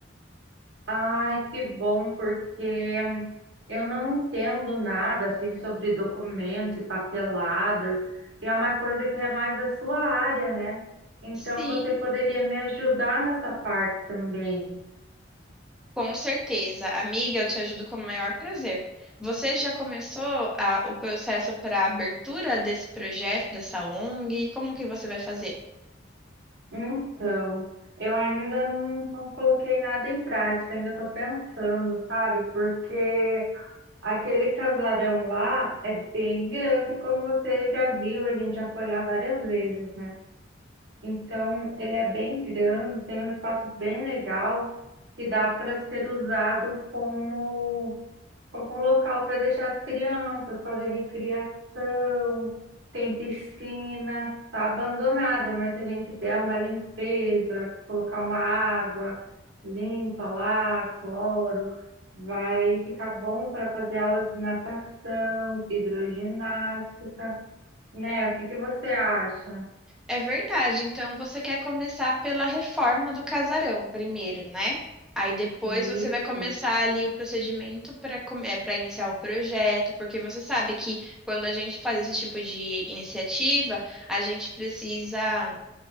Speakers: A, on the right (about 75°); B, in the centre.
A: Ai, que bom, porque eu não entendo nada assim sobre documentos e papeladas, e é uma coisa que é mais da sua área, né? Então
B: Sim,
A: você poderia me ajudar nessa parte também.
B: com certeza. Amiga, eu te ajudo com o maior prazer. Você já começou a- o processo para a abertura desse projeto, dessa ONG? Como que você vai fazer?
A: Então, eu ainda não, não coloquei nada em prática, ainda estou pensando, sabe? Porque aquele casarão lá é bem grande, como você já viu, a gente já foi lá várias vezes, né? Então, ele é bem grande, tem um espaço bem legal que dá para ser usado como Algum local para deixar as crianças, fazer recriação, tem piscina, tá abandonada, mas se a gente der uma limpeza, colocar uma água limpa lá, cloro, vai ficar bom para fazer aulas de natação, hidroginástica, né? O que que você acha
B: É verdade. Então você quer começar pela reforma do casarão primeiro, né? Aí depois
A: nisso?
B: você vai começar ali o procedimento para para iniciar o projeto, porque você sabe que quando a gente faz esse tipo de iniciativa, a gente precisa